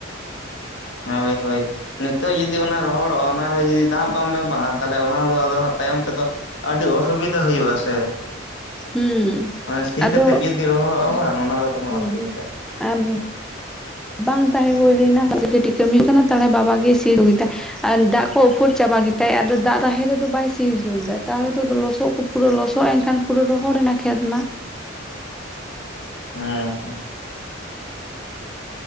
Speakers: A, on the left; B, in the centre.
A: ᱦᱳᱭ ᱦᱳᱭ ᱱᱤᱛᱚᱜ ᱡᱩᱫᱤ ᱚᱱᱟ ᱨᱚᱦᱚᱲᱚᱜᱼᱟ ᱚᱱᱟᱨᱮ ᱡᱩᱫᱤ ᱫᱟᱜ ᱵᱟᱢ ᱮᱢᱟᱜᱼᱟ ᱛᱟᱦᱚᱞᱮ ᱚᱱᱟᱫᱚ ᱟᱫᱚ ᱦᱟᱸᱜ ᱛᱟᱭᱚᱢ ᱛᱮᱫᱚ ᱟᱹᱰᱤ ᱚᱥᱩᱵᱤᱫᱟ ᱦᱩᱭᱩᱜ ᱟ ᱥᱮ
B: ᱦᱩᱸ
A: ᱢᱟᱱᱮ ᱥᱤ
B: ᱟᱫᱚ
A: ᱠᱟᱛᱮᱜ ᱡᱩᱫᱤ ᱨᱚᱦᱚᱲᱚᱜᱼᱟ ᱵᱟᱝ ᱚᱱᱟ ᱫᱚ ᱛᱚᱠᱷᱚᱱ
B: ᱦᱩᱸ
A: ᱚᱥᱩᱵᱤᱫᱷᱟ᱾
B: ᱟᱨ <unintelligible> ᱵᱟᱝ ᱛᱟᱦᱮᱸ ᱦᱩᱭ ᱞᱮᱱᱟ ᱠᱟᱹᱴᱤᱡ ᱠᱟᱹᱴᱤᱢᱤ ᱥᱤ ᱦᱩᱭᱩᱜ ᱠᱟᱱᱟ ᱛᱟᱦᱚᱞᱮ ᱵᱟᱵᱟ ᱜᱮ ᱥᱤ ᱫᱟ ᱫᱟᱜ ᱠᱚ ᱩᱯᱷᱚᱨ ᱪᱟᱵᱟ ᱠᱮᱫᱛᱟᱭ ᱟᱫᱚ ᱫᱟᱜ ᱛᱟᱦᱮᱸᱱ ᱨᱮᱫᱚ ᱵᱟᱭ ᱥᱤ ᱦᱚᱪᱚ ᱞᱮᱫᱟ ᱛᱟᱦᱚᱞᱮᱛᱚ ᱟᱫᱚ ᱞᱚᱥᱚᱫ ᱯᱩᱨᱟᱹ ᱞᱚᱥᱚᱫ ᱮᱱᱠᱷᱟᱱ ᱯᱩᱨᱟᱹ ᱨᱚᱦᱚᱲᱮ ᱱᱟ ᱯᱩᱨᱟᱹᱠᱷᱮᱛ ᱢᱟ᱾
A: ᱦᱮᱸᱻ᱾